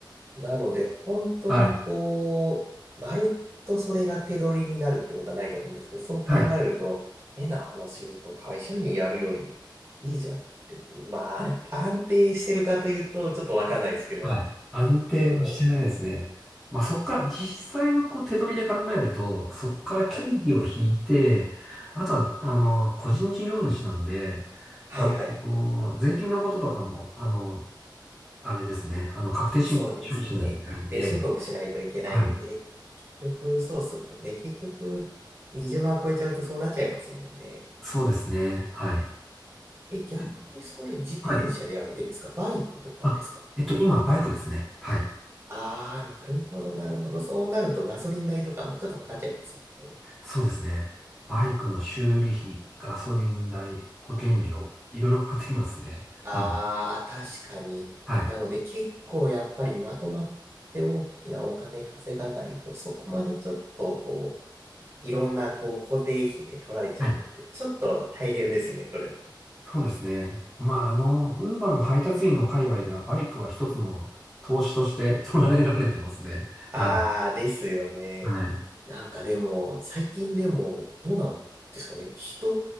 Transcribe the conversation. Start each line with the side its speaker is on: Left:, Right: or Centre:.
Right: なので、本当にこう、
Centre: <laughs> はい。
Right: まるっとそれが手取りになるってことはないと思うんですけど、そう考えると、
Centre: はい。
Right: 変な話を言うと会社員やるよりいいじゃんっていう、まあ、安安定してるかというと、ちょっとわかんないですけど、
Centre: はい。安定はしてないですね。
Right: でも、
Centre: まあ、そっから、実際のこう手取りで考えると、そっから経費を引いて、
Right: はい。
Centre: あとは、あの、個人事業主なんで、
Right: はいはいはい。
Centre: あの、税金のこととかも、あの、あれですね、あの、確定申告処理しないといけないんで、
Right: そうですね。確定申告しないといけないんで、
Centre: はい。
Right: 結局、そうっすもんね。結局、20万超えちゃうとそうなっちゃいますもんね。
Centre: そうですね、はい。
Right: え、逆にそれ自転車でやられてるんですかバイクとかですか
Centre: えはい。あ、えっと、今、バイクですね。はい。
Right: ああ、なるほど、なるほど。そうなるとガソリン代とかもちょっとかかっちゃいますもんね。
Centre: そうですね。バイクの修理費、ガソリン代、保険料、いろいろかかってきますね。
Right: ああ、
Centre: はい。
Right: 確かに。
Centre: はい。
Right: なので結構やっぱりまとまって大きなお金稼がないと、そこまでちょっとこう、いろんなこう固定費で取られちゃうんで、
Centre: はい
Right: ちょっと大変ですね、それ。
Centre: そうですね。まあ、あの、ウーバーの配達員の界隈ではバイクは一つの投資として捉えられてますね。
Right: ああ、
Centre: はい。
Right: ですよね。
Centre: はい。
Right: なんかでも、最近でも、どうなんですかね。人、